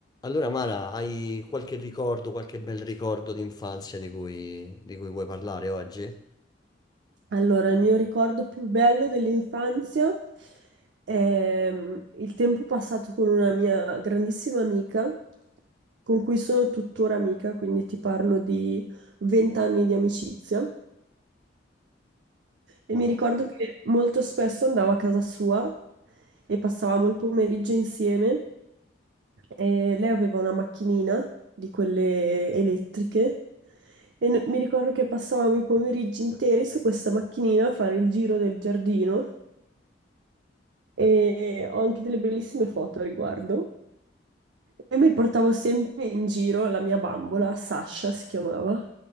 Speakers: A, on the left (about 20°); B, on the right (about 65°).
A: Allora, Mara, hai qualche ricordo, qualche bel ricordo di infanzia di cui, di cui vuoi parlare oggi?
B: Allora, il mio ricordo più bello dell'infanzia è mm, il tempo passato con una mia grandissima amica, con cui sono tuttora amica, quindi ti parlo di 20 anni di amicizia. E
A: Wow,
B: mi ricordo che molto spesso andavo a casa sua e passavamo il pomeriggio insieme. E lei aveva una macchinina di quelle elettriche e n- mi ricordo che passavamo i pomeriggi interi su questa macchinina a fare il giro del giardino e ho anche delle bellissime foto a riguardo. E mi portavo sempre in giro la mia bambola, Sasha si chiamava,